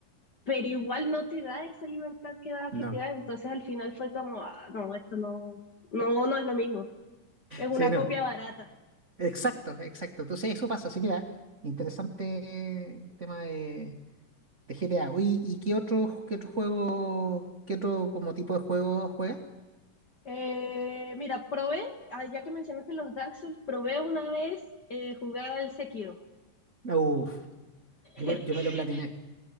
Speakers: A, on the left; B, on the right.
A: Pero igual no te da esa libertad que da GTA,
B: No.
A: entonces al final fue como, ah, no, esto no, no, no es lo mismo. Es una
B: Sí, no.
A: copia barata.
B: Exacto, exacto. Entonces eso pasa. Así mira, interesante tema de, de GTA. Oye, ¿y qué otro, qué otro juego, qué otro como tipo de juego juegas?
A: Eh, mira, probé, ah, ya que mencionaste los Dark Souls, probé una vez eh, jugar al Sekiro.
B: Uf, yo
A: <laughs>
B: me, yo me lo platiné,